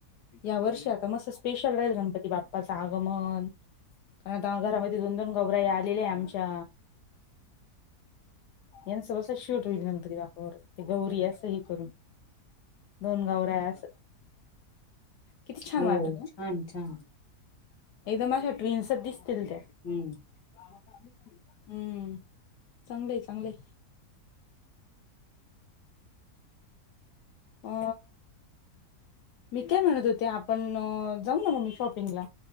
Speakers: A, on the left; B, on the left.
A: या वर्षी आता मस् स्पेशल राहील गणपती बाप्पाचं आगमन कारण आता घरामध्ये दोन दोन गौबरा आलेले आमच्या यांचंब अस शूट होईल मणपरी वाकावर ते गौरी असं कर दोन गाव रायास किती छान
B: हो
A: वाटत ना
B: छान छान
A: एकदम अशा ट्विन्स दिसतील त्या
B: हम्म
A: हम्म चांगलंय चांगलंय अ मी काय म्हणत होते आपण जाऊ ना मग मी शॉपिंगला